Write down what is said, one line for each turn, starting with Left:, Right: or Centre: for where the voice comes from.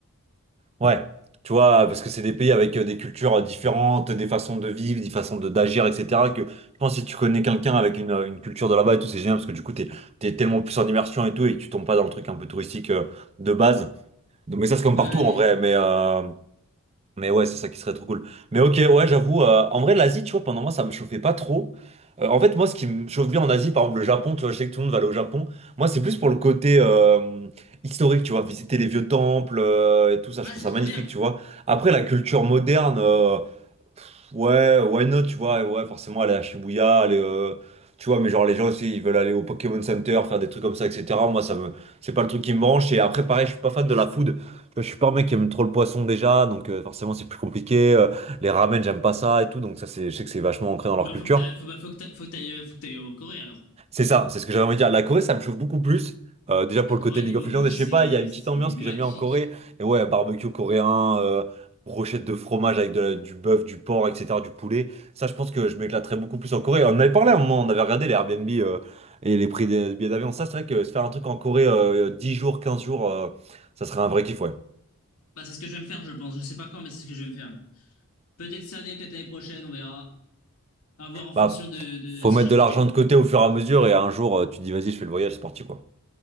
Right: Ouais, tu vois, parce que c'est des pays avec euh, des cultures euh, différentes, des façons de vivre, des façons de d'agir, etc. Que je pense que si tu connais quelqu'un avec une, euh, une culture de là-bas et tout, c'est génial parce que du coup, t'es, t'es tellement plus en immersion et tout et que tu tombes pas dans le truc un peu touristique euh, de base. Donc, mais ça, c'est comme
Left: Ouais.
Right: partout
Left: ouais.
Right: en vrai. Mais, euh, mais ouais, c'est ça qui serait trop cool. Mais ok, ouais, j'avoue, euh, en vrai, l'Asie, tu vois, pendant moi, ça me chauffait pas trop. Euh, en fait, moi, ce qui me chauffe bien en Asie, par exemple, le Japon, tu vois, je sais que tout le monde va aller au Japon. Moi, c'est plus pour le côté euh, historique, tu vois, visiter les vieux temples euh, et tout ça,
Left: Ah,
Right: je trouve
Left: c'est
Right: ça
Left: trop
Right: magnifique,
Left: bien.
Right: tu vois. Après, la culture moderne. euh, Ouais, why not, tu vois, et ouais, forcément aller à Shibuya, aller, euh, tu vois, mais genre les gens aussi, ils veulent aller au Pokémon Center, faire des trucs comme ça, etc. Moi, ça me, c'est pas le truc qui me branche. Et après, pareil, je suis pas fan de la food. Tu vois, je suis pas un mec qui aime trop le poisson déjà, donc euh, forcément c'est plus compliqué. Euh, les ramen, j'aime pas ça et tout, donc ça, c'est, je sais que c'est vachement ancré dans
Left: Bah,
Right: leur culture.
Left: faut que t'ailles, faut, bah, faut que t'ailles, faut que t'ailles, euh, faut que t'ailles en Corée alors.
Right: C'est ça, c'est ce que j'avais envie de dire. La Corée, ça me chauffe beaucoup plus. Euh, déjà pour
Left: La Corée
Right: le côté League
Left: niveau
Right: of Legends,
Left: bouffe,
Right: et
Left: c'est,
Right: je sais pas, il y a une
Left: c'est
Right: petite ambiance
Left: magnifique.
Right: que j'aime bien en Corée. Et ouais, barbecue coréen, euh, brochette de fromage avec de la- du bœuf, du porc, etc., du poulet. Ça, je pense que je m'éclaterais beaucoup plus en Corée. On en avait parlé à un moment, on avait regardé les Airbnb euh, et les prix des billets d'avion. Ça, c'est vrai que se faire un truc en Corée euh, 10 jours, 15 jours, euh, ça serait un vrai kiff, ouais.
Left: Bah, c'est ce que je vais me faire, je pense. Je sais pas quand, mais c'est ce que je vais me faire. Peut-être cette année, peut-être l'année prochaine, on verra. À voir en fonction
Right: Bah,
Left: de, de
Right: faut
Left: si
Right: mettre
Left: j'ai
Right: de
Left: le
Right: l'argent
Left: budget, quoi.
Right: de côté au fur et à mesure, et un jour, euh, tu te dis, vas-y, je fais le voyage, c'est parti, quoi.